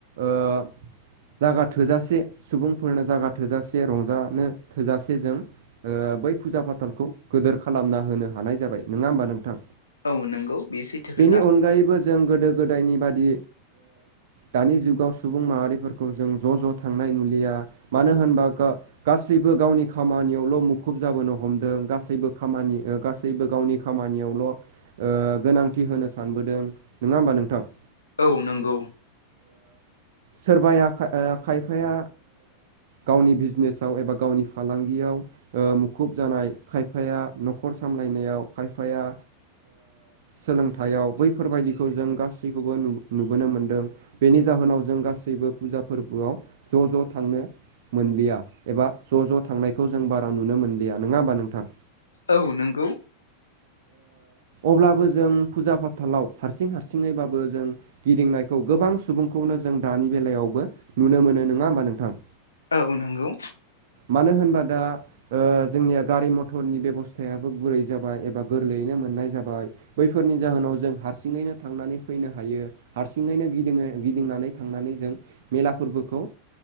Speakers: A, on the right (about 55°); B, on the left (about 75°).
A: ओ जागा थोजासे सुबुंफोरनो जागा थोजासे रंजानो थोजासे जों बै फुजा फाथालखौ गोदोर खालामना होनो हानाय जाबाय नङा होमबा नोंथां
B: औ नंगौ बे सैथो खोथा
A: बेनि अनगायैबो जों गोदो गोदायनि बादि दानि जुगाव सुबुं माहारिफोरखौ जों ज' ज' थांनाय नुलिया मानो होनबा गा गासैबो गावनि खामानियावल मुखुब जाबोनो हमदों गासैबो खामानि गासैबो गावनि खामानियावल गोनांथि होनो सानबोदों नङा होमबा नोंथां?
B: औ नंगौ।
A: सोरबाया खा ओ खायफाया गावनि बिजनेसाव एबा गावनि फालांगियाव मुखुब जानाय खाय फाया न'खर सामलायनायाव खायफाया सोलोंथायाइयाव बैफोरबायदिखौ जों गासैखौबो नुबोनो मोनदों। बेनि जाहोनाव जों गासैबो फुजा फोरबोआव ज' ज' थांनो मोनलिया एबा ज' ज' थांनायखौ जों बारा नुनो मोनलिया नोङा होमबा नोंथां?
B: औ नोंगौ।
A: अब्लाबो जों फुजा फाथालाव हारसिं हारसिङैबाबो जों गिदिंनायखौ गोबां सुबुंखौनो जों दानि बेलायावबो नुनो मोनो नोङा होमबा नोंथां?
B: औ नंगौ।
A: मानो होनबा दा जोंनिया गारि म टरनि बेब'स्थायाबो गुरै जाबाय एबा गोरलैयैनो मोननाय जाबाय। बैफोरनि जाहोनाव जों हारसिङैनो थांनानै फैनो हायो। हारसिङैनो गिदिङै गिदिंनानै थांनानै जों मेला फोरबोखौ